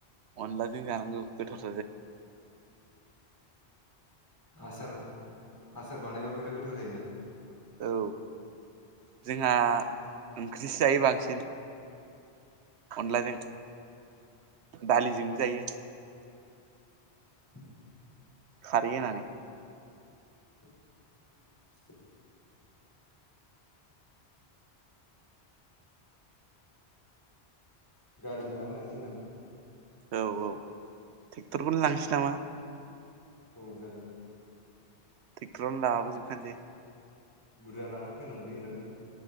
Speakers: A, on the right; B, on the left.
A: अनलाजों जानांगौ गोथार।
B: आस आसार बानायबो बिराद गोथाव जायोना।
A: औ जोंहा ओंख्रिसो जायो बांसिन। अनलाजों दालिजोंबो जायो।
B: <inaudible>
A: खारि ननानै।
B: <unintelligible> गारि लानानै लांसै नामा?
A: औ औ ट्रेक्टरखौनो लांसै नामा?
B: औ जागोन।
A: ट्रेकटरावनो लाबो जोबखानोसेै
B: बुरजा लाना फैनांगोनलै इरादनो